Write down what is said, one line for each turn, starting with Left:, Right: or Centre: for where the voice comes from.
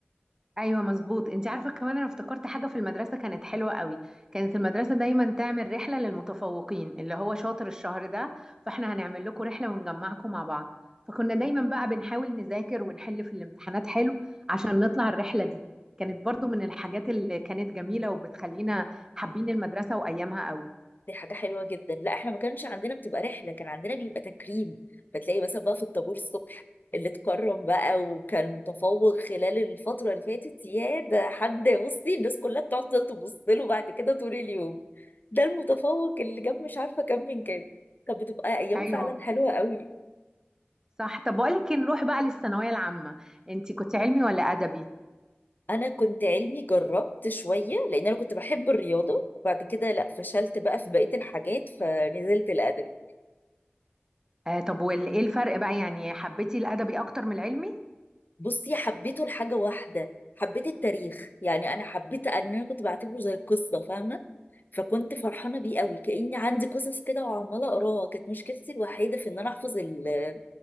Right: ايوه مظبوط انت عارفه كمان انا افتكرت حاجه في المدرسه كانت حلوه قوي كانت المدرسه دايما تعمل رحله للمتفوقين اللي هو شاطر الشهر ده فاحنا هنعمل لكم رحله ونجمعكم مع بعض فكنا دايما بقى بنحاول نذاكر ونحل في الامتحانات حلو عشان نطلع الرحله دي كانت برضو من الحاجات اللي كانت جميله وبتخلينا حابين المدرسه وايامها قوي
Left: دي حاجة حلوة جدا لا احنا ما كانش عندنا بتبقى رحلة كان عندنا بيبقى تكريم فتلاقي مثلا بقى في الطابور الصبح اللي اتكرم بقى وكان متفوق خلال الفترة اللي فاتت يا ده حد بصي الناس كلها بتفضل تبص له بعد كده طول اليوم ده المتفوق اللي جاب مش عارفة كام من كام كانت بتبقى أيام
Right: ايوه
Left: فعلا حلوة قوي
Right: صح طب بقول لك إيه، نروح بقى للثانويه العامه انت كنت علمي ولا ادبي
Left: أنا كنت علمي جربت شوية لأن أنا كنت بحب الرياضة وبعد كده لا فشلت بقى في بقية الحاجات فنزلت الأدب
Right: آه طب وايه الفرق بقى يعني حبيتي الادبي اكتر من العلمي
Left: بصي حبيته لحاجة واحدة حبيت التاريخ يعني أنا حبيت إن أنا كنت بعتبره زي قصة فاهمة فكنت فرحانة بيه قوي كأني عندي قصص كده وعمالة أقراها كانت مشكلتي الوحيدة في إن أنا أحفظ ال-